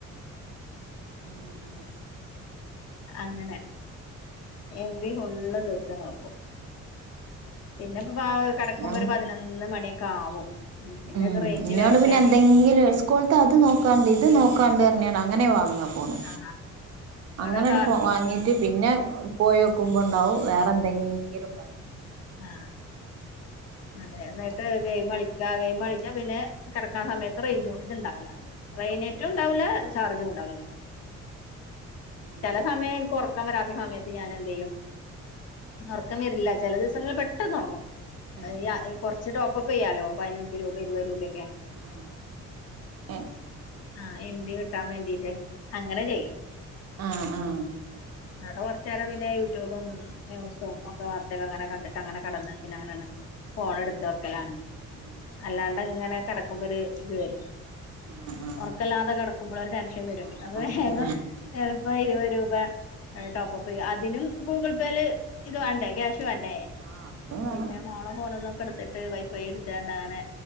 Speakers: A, on the right; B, on the left.
A: ഉം ഉം
B: അങ്ങനെ യം ബി ഫുള്ള് തീർത് <unintelligible> ആക്കും പിന്നെ ഇപ്പാ കിടക്കുമ്പോ
A: ഞാൻ
B: ഒരു പതിനൊന്ന് മണിയൊക്കെ ആവും പിന്നെ
A: ഉം
B: ഇത് റേഞ്ച്
A: ഇന്നോട്
B: വരട്ടെ
A: പിന്നെ എന്തെങ്കിലും സ്കൂൾത്തെ അത് നോക്കാണ്ട് ഇത് <unintelligible> അങ്ങനെ വാങ്ങാ ഫോണ്
B: ആ ഇവിടെ
A: അങ്ങനെ അട്
B: കാർട്ടൂൺ
A: ഫോവാങ്ങിട്ട് പിന്നെ പോയോക്കുമ്പോണ്ടാവും വേറെന്തെങ്കിലും പ
B: ആ അതെ ന്നിട്ട് ഗെയിമളിക്ക ഗെയിം കളിച്ച പിന്നെ കിടക്കാൻ സമയത്ത് റയിഞ്ച് ഇത്ണ്ടാവൂല്ല റെയിനേറ്റും ഉണ്ടാവൂല ചാർജും ഉണ്ടാവൂല്ല
A: ഉം
B: ചെല സമയം എനിക്ക് ഉറക്കം വരാത്ത സമയത്ത് ഞാൻ എന്ത് ചെയ്യും ഒറക്കം വരില്ല ചെല ദിവസങ്ങളില് പെട്ടെന്ന് ഒറങ്ങും
A: ഉം
B: ഇ <unintelligible> കൊറച്ച് ച്ചു ടോപ്പപ്പ് ചെയ്യാലോ പതിനഞ്ച് രൂപ ഇരുപത് രൂപൊക്കെ
A: ആഹ് ഏഹ്
B: ആ എംബി കിട്ടാൻ വേണ്ടീട്ട് അങ്ങനെ ചെയ്യും
A: ആ ആ
B: ഇന്നിട്ട് കൊറചേരം പിന്നെ യൂട്യൂബും, ന്യൂസും ഒക്കെ വാർത്തക്കെ അങ്ങനെ
A: ഉം
B: കണ്ടിട്ട് അങ്ങനെ കിടന്ന് പിന്നെ അങ്ങനെയാണ് ഫോണ്
A: ഉം
B: എടുത്ത് വെക്കലാണ്
A: ഉം ഉം
B: അല്ലാണ്ട് ഇങ്ങനെ കെടക്കുമ്പോ ഒരു ഇത് വരും
A: ആഹ് ആഹ്
B: ഉറക്കല്ലാതെ കിടക്കുമ്പോൾ ഒരു ടെൻഷൻ വരും.
A: ആഹ്
B: അപ്പം വേഗം
A: ആയിട്ട്
B: ചെല അപ്പൊ ഇരുപത് രൂപ
A: ഉം
B: ടോപ്പപ്പ് ചെയ്യും അതിനും ഗൂഗിൾ പേയില് ഇത് വേണ്ടേ ക്യാഷ് വാണ്ടേ
A: ആഹ് അതിന് വേണം
B: പിന്നെ മോളോ ഫോണൊന്നൊക്കെ എടുത്തിട്ട് വൈഫൈ എടുത്താണ്ട് അങ്ങനെ